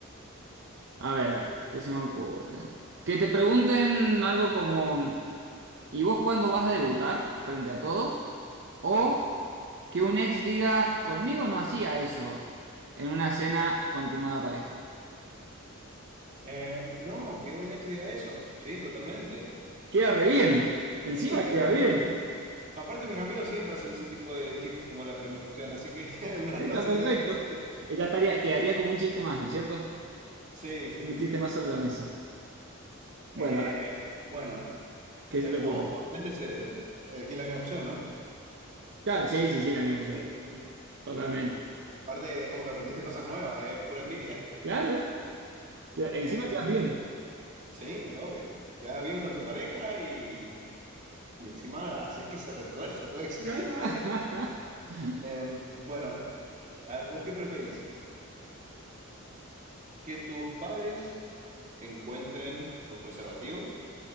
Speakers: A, on the right (about 55°); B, on the right (about 35°).
A: a ver, ¿qué se me ocurre? Que te pregunten algo como... ¿Y vos cuándo vas a debutar frente a todos? O que un ex diga, conmigo no hacía eso en una cena con tu nueva pareja.
B: Eh, no, que un ex diga eso. Sí, totalmente.
A: Queda re bien. Encima
B: Sí,
A: queda
B: obviamente.
A: bien.
B: Aparte, mis amigos siempre hacen ese tipo de chistes como la primera opción, así que <laughs> no,
A: Está
B: no sería
A: perfecto.
B: algo que... <laughs>
A: Ella estaría, quedaría como un chiste más, ¿no es cierto?
B: Sí, sí.
A: Un chiste más sobre la mesa. Bueno,
B: Eh,
A: dale,
B: bueno,
A: ¿qué
B: eh,
A: se te ocurre?
B: a vos, obviamente, se, elegí la misma opción, ¿no?
A: Claro, sí, sí, sí, la misma opción.
B: Sí, sí. Sí.
A: Totalmente.
B: Sí. Aparte, es como que aprendiste cosas nuevas, es pura envidia.
A: Claro. que- Encima
B: Eh,
A: quedas bien.
B: Sí, obvio. Queda bien con tu pareja y, y encima haces que se retuerza tu ex.
A: <laughs>
B: <laughs> Em, bueno, que- a ver, ¿vos qué preferís? <clears throat> ¿Que tus padres encuentren tus preservativos